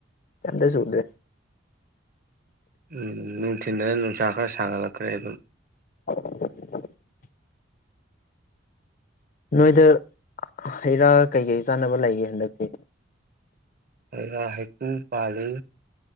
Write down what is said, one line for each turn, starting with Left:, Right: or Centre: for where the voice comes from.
Left: ꯀꯩꯝꯗꯁꯨ ꯎꯗ꯭ꯔꯦ
Right: ꯎꯝ ꯅꯨꯡꯊꯤꯟꯗꯅ ꯅꯨꯡꯁꯥ ꯈꯔ ꯁꯥꯒꯠꯂꯛꯈ꯭ꯔꯦ ꯑꯗꯨꯝ
Left: <inaudible> ꯅꯣꯏꯗ ꯍꯩ ꯔꯥ ꯀꯩꯀꯩ ꯆꯥꯅꯕ ꯂꯩꯒꯦ ꯍꯟꯗꯛꯇꯤ
Right: ꯍꯩꯔꯥ ꯍꯩꯀꯨ ꯄꯥꯜꯂꯤ